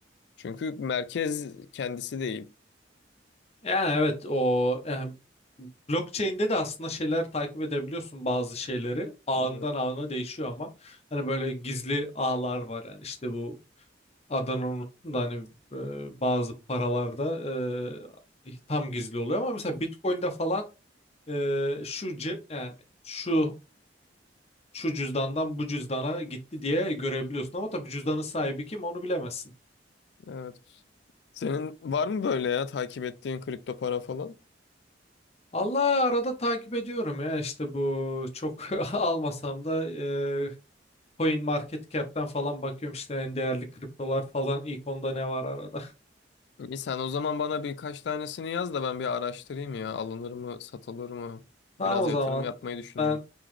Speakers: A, on the left; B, on the left.
A: Çünkü merkez kendisi değil.
B: Yani evet o yani blockchain'de de aslında şeyler takip edebiliyorsun bazı şeyleri. Ağından
A: Evet,
B: ağına değişiyor ama hani böyle gizli ağlar var yani işte bu adını unuttum da hani e, bazı paralarda e, tam gizli oluyor ama mesela Bitcoin'de falan e, şu c- yani şu şu cüzdandan bu cüzdana gitti diye görebiliyorsun ama tabii cüzdanın sahibi kim onu bilemezsin.
A: evet. Senin var mı böyle ya takip ettiğin kripto para falan?
B: Allah arada takip ediyorum ya işte bu çok <laughs> almasam da e, Coin Market Cap'ten falan bakıyorum işte en değerli kriptolar falan ilk onda ne var arada.
A: İyi sen o zaman bana birkaç tanesini yaz da ben bir araştırayım ya. Alınır mı, satılır mı?
B: Tamam
A: Biraz
B: o zaman
A: yatırım yapmayı düşünüyorum.
B: ben